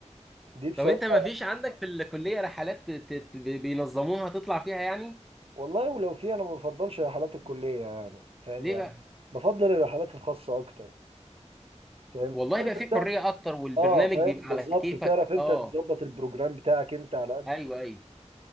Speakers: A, on the right; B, in the centre.
A: دي بصراحه
B: طب انت ما فيش عندك في الكليه رحلات ت- ت- بي- بينظموها تطلع فيها يعني
A: والله ولو في انا ما بفضلش رحلات الكليه يعني فاهم
B: ليه
A: يعني
B: بقى
A: بفضل الرحلات الخاصه اكتر فاهم
B: والله
A: انت
B: بقى في حريه اكتر والبرنامج
A: اه فاهم
B: بيبقى على
A: بالظبط
B: كيفك
A: بتعرف انت
B: اه
A: تظبط البروجرام بتاعك انت على قد
B: ايوه ايوه